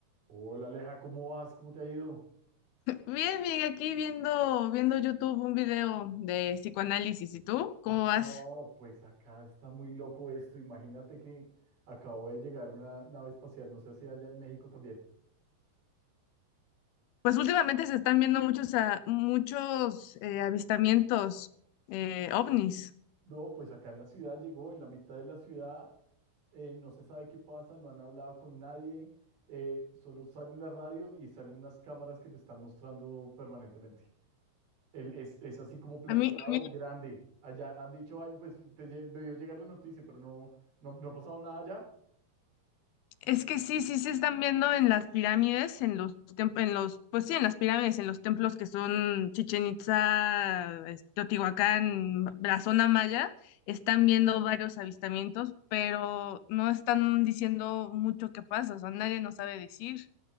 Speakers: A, on the right (about 70°); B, on the left (about 80°).
A: Hola Aleja, ¿cómo vas? ¿Cómo te ha ido?
B: Bien, bien, aquí viendo, viendo YouTube un video de psicoanálisis. ¿Y tú? ¿Cómo
A: No,
B: vas?
A: pues acá está muy loco esto. Imagínate que acabó de llegar una nave espacial, no sé si allá en México también.
B: Pues últimamente se están viendo muchos, a- muchos eh, avistamientos eh, ovnis.
A: No, pues acá en la ciudad llegó, en la mitad de la ciudad, eh, no se sabe qué pasa, no han hablado con nadie, eh, solo salen la radio y salen unas cámaras que lo están mostrando permanentemente. Él es, es así como plateado,
B: A mí, a mí-
A: grande. Allá han dicho algo, pues te lle- debió llegar la noticia, pero no, no, no ha pasado nada allá.
B: es que sí, sí se están viendo en las pirámides, en los tem- en los, pues sí, en las pirámides, en los templos que son Chichen Itza, este, Teotihuacán, la zona maya, están viendo varios avistamientos, pero no están diciendo mucho qué pasa, o sea, nadie nos sabe decir.